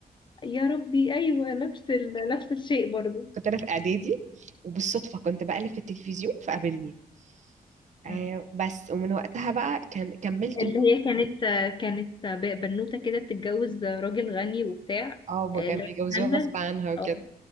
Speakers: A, on the left; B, on the right.
A: يا ربي ايوه نفس ال... نفس الشيء برضو
B: كنت أنا في إعدادي وبالصدفة كنت بقلب في التلفزيون فقابلني آه
A: مم.
B: بس ومن وقتها بقى كان كملت
A: اللي هي كانت كانت ب- بنوته كده بتتجوز راجل غني وبتاع
B: اه بقى
A: آه،
B: كان
A: اللي هو
B: بيجوزوها
A: مهند
B: غصب عنها وكده
A: اه